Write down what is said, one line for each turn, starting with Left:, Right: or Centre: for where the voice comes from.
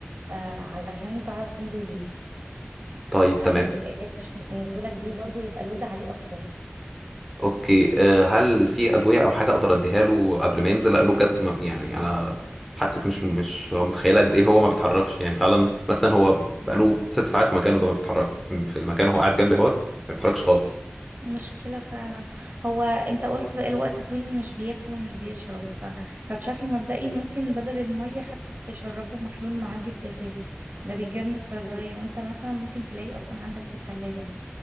Right: آه علشان تعرف تنزل بيه
Centre: طيب
Right: عشان
Centre: تمام
Right: ما تبقاش نزولك بيه برضو يبقى لود عليه اكتر
Centre: اوكي آه، هل في ادويه او حاجه اقدر اديها له قبل ما ينزل لانه بجد ما- يعني انا حاسك مش مش هو متخيله قد ايه هو ما بيتحركش يعني فعلا مثلا هو بقاله ست ساعات في مكانه ده ما بيتحركش في المكان هو قاعد جنبي اهوت ما بيتحركش خالص
Right: مشكلة فعلا هو انت قلت بقى الوقت طويل مش بياكل ومش بيشرب ف... فبشكل مبدئي ممكن بدل المية حتى تشربه محلول معالجة جفاف ده بيجاب من الصيدلية وانت مثلا ممكن تلاقيه اصلا عندك في التلاجة